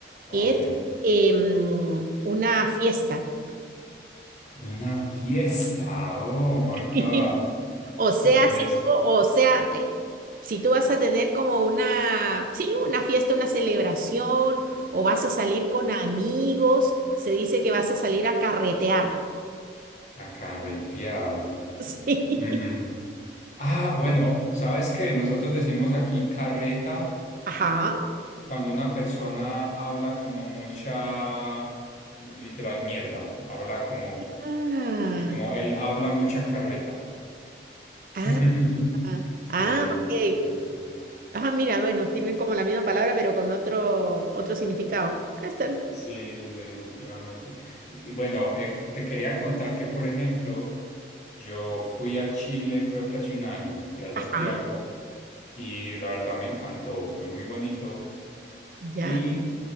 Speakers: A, on the left; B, on the right.
A: Ok.
B: Es eh, mm, una fiesta.
A: Una fiesta, oh my
B: <laughs>
A: God.
B: O sea,
A: Interesante.
B: si tú, o sea, eh, si tú vas a tener como una, sí, una fiesta, una celebración, o vas a salir con amigos, se dice que vas a salir a carretear.
A: A carretear.
B: <laughs> Sí.
A: Mm. Ah, bueno, ¿sabes qué? Nosotros decimos aquí carreta
B: Ajá.
A: Cuando una persona habla como mucha, literal, mierda, habla como,
B: Ah,
A: y como él habla mucha carreta. <laughs>
B: ah, ah,
A: Sí,
B: ok.
A: interesante.
B: Ah, mira, bueno, tienen como la misma palabra, pero con otro, otro significado. Ah, está.
A: Sí, definitivamente. Y bueno, eh, te quería contar que, por ejemplo, yo fui a Chile, creo que hace un año, fui a Santiago
B: Ajá,
A: y la verdad me encantó, fue muy bonito.
B: ya,
A: Y